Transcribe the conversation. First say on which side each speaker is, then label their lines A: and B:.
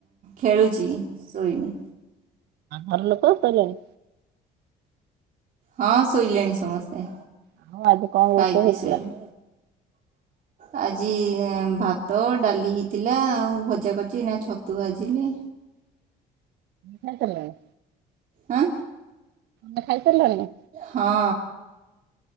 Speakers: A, on the right (about 50°); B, on the right (about 75°).
A: ଖେଳୁଛି ଶୋଇନି।
B: ଘରଲୋକ ଶୋଇଲେଣି।
A: ହଁ ଶୋଇଲେଣି ସମସ୍ତେ
B: ଆଉ ଆଜି କଣ
A: ଖାଇକି
B: ରୋଷେଇ ହେଇଥିଲା
A: ଶୋଇଲେ। ଆଜି ଭାତ ଡାଲି ହେଇଥିଲା ଆଉ ଭଜା କରିଛି ଏନା ଛତୁ ଭାଜିଲି।
B: ଖାଇସାରିଲଣି।
A: ଆଁ।
B: ତମେ ଖାଇସାରିଲଣି?
A: ହଁ।